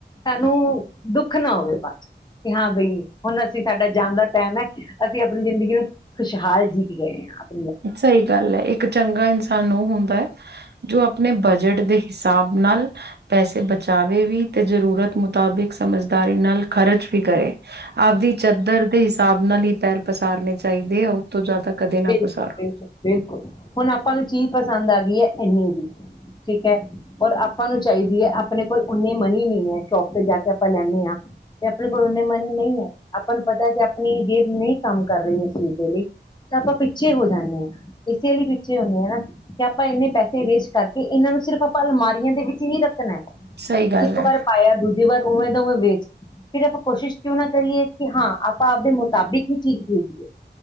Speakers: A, on the left (about 25°); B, on the right (about 65°).
A: ਸਾਨੂੰ ਦੁੱਖ ਨਾ ਹੋਵੇ ਬੱਸ ਹਾਂ ਬਈ ਹੁਣ ਅਸੀਂ ਸਾਡਾ ਜਾਣ ਦਾ ਟਾਈਮ ਹੈ ਅਸੀਂ ਆਪਣੀ ਜ਼ਿੰਦਗੀ ਨੂੰ ਖੁਸ਼ਹਾਲ ਜੀਤ ਗਏ ਹਾਂ ਆਪ
B: ਸਹੀ ਗੱਲ ਹੈ ਇੱਕ ਚੰਗਾ ਇਨਸਾਨ ਉਹ ਹੁੰਦਾ ਹੈ ਜੋ ਆਪਣੇ ਬਜਟ ਦੇ ਹਿੱਸੇ ਹਿਸਾਬ ਨਾਲ। ਪੈਸੇ ਬਚਾਵੇ ਵੀ ਅਤੇ ਜ਼ਰੂਰਤ ਮੁਤਾਬਿਕ ਸਮਝਦਾਰੀ ਨਾਲ ਖਰਚ ਵੀ ਕਰੇ ਆਪਦੀ ਚਾਦਰ ਦੇ ਹਿਸਾਬ ਨਾਲ ਹੀ ਪੈਰ ਪਸਾਰ ਨੇ ਚਾਹੀਦੇ ਆ ਉਹ ਤੋਂ ਜ਼ਿਆਦਾ ਕਦੇ ਨਾ।
A: ਬਿਲਕੁਲ
B: ਪਸਾਰੋ
A: ਬਿਲਕੁਲ ਹੁਣ ਆਪਾਂ ਨੂੰ ਚੀਜ਼ ਪਸੰਦ ਆ ਗਈ ਹੈ ਇੰਨੀ ਦੀ ਠੀਕ ਹੈ। ਔਰ ਆਪਾਂ ਨੂੰ ਚਾਹੀਦੀ ਹੈ ਆਪਣੇ ਕੋਲ ਓਨੇ ਮਨੀ ਨਹੀਂ ਹੈ। ਸ਼ੋਪ ਤੇ ਜਾ ਕੇ ਆਪਾਂ ਲੈਂਦੇ ਹਾਂ ਤੇ ਆਪਣੇ ਕੋਲ ਓਨੇ ਮਨੀ ਨਹੀਂ ਹੈ। ਆਪਾਂ ਨੂੰ ਪਤਾ ਕਿ ਆਪਣੀ ਜੇ ਨਹੀਂ ਕੰਮ ਕਰ ਰਹੀ ਅਸੀਂ ਲਈ ਤਾਂ ਆਪਾਂ ਪਿੱਛੇ ਹੋ ਜਾਂਦੇ ਹਾਂ ਇਸੇ ਲਈ ਪਿੱਛੇ ਹੁੰਦੇ ਹ ਹਨਾ ਕਿ ਆਪਾਂ ਇੰਨੇ ਪੈਸੇ ਵੇਸਟ ਕਰਕੇ ਇਹਨਾਂ ਨੂੰ ਸਿਰਫ ਆਪਾਂ ਅਲਮਾਰੀਆਂ ਦੇ ਵਿੱਚ ਹੀ ਰੱਖਣਾ
B: ਸਹੀ ਗੱਲ
A: ਇੱਕ
B: ਹੈ
A: ਵਾਰ ਪਾਇਆ ਦੂਜੀੇ ਵਾਰ ਉਵੇਂ ਦਾ ਉਵੇਂ ਵਾਸਤੇ ਵੇਚ ਫ਼ਿਰ ਆਪਾਂ ਕੋਸ਼ਿਸ਼ ਕਿਉਂ ਨਾ ਕਰੀਏ ਕਿ ਹਾਂ ਆਪਾਂ ਆਪਦੇ ਮੁਤਾਬਿਕ ਹੀ ਚੀਜ਼ ਭੇਜੀਏ